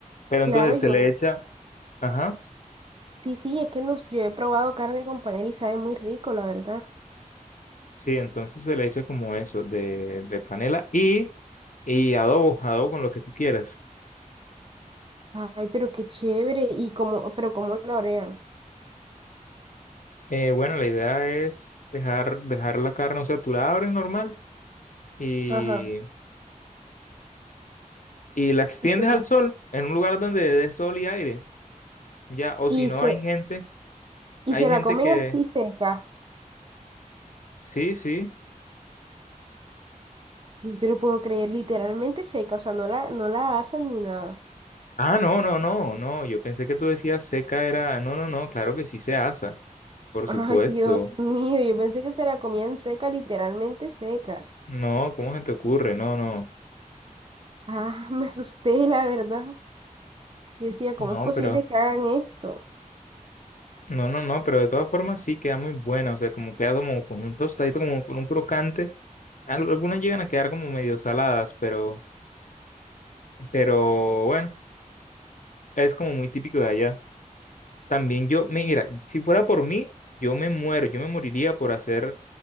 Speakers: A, on the left; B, on the right.
A: Pero
B: claro,
A: entonces
B: yo.
A: se le echa, ajá.
B: Sí, sí, es que nos, yo he probado carne con panela y sabe muy rico, la verdad.
A: Sí, entonces se le echa como eso, de, de panela y, y adobo, adobo con lo que tú quieras.
B: Ay, pero qué chévere. Y como, pero cómo la orean.
A: Eh, bueno, la idea es dejar, dejar la carne, o sea, tú la abres normal y,
B: Ajá.
A: y la extiendes
B: Y se,
A: al sol, en un lugar donde dé sol y aire, ya, o
B: y
A: si no
B: se,
A: hay gente,
B: y
A: hay
B: se
A: gente
B: la comen
A: que,
B: así seca.
A: sí, sí.
B: No te lo puedo creer, literalmente seca. O sea, no la, no la asan ni nada.
A: Ah, no, no, no, no, yo pensé que tú decías seca era, no, no, no, claro que sí se asa, por
B: Ay,
A: supuesto.
B: Dios mío, yo pensé que se la comían seca, literalmente seca.
A: No, ¿cómo se te ocurre? No, no,
B: Ah, <laughs> me asusté, la verdad. Yo decía, ¿cómo
A: no,
B: es posible
A: pero...
B: que hagan esto?
A: No, no, no, pero de todas formas sí queda muy buena, o sea, como queda como con un tostadito, como con un crocante. Al- Algunas llegan a quedar como medio saladas, pero, pero bueno, es como muy típico de allá. También yo, mira, si fuera por mí, yo me muero, yo me moriría por hacer